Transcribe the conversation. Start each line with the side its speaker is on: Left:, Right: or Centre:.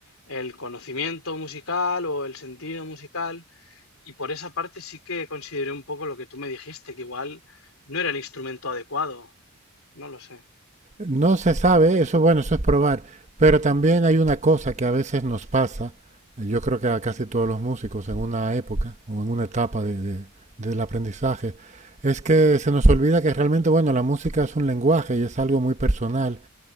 Left: el conocimiento musical o el sentido musical. Y por esa parte sí que consideré un poco lo que tú me dijiste, que igual no era el instrumento adecuado. No lo sé.
Right: No se sabe, eso bueno, eso es probar. Pero también hay una cosa que a veces nos pasa, eh, yo creo que a casi todos los músicos en una época o en una etapa de- de- del aprendizaje, es que se nos olvida que realmente, bueno, la música es un lenguaje y es algo muy personal.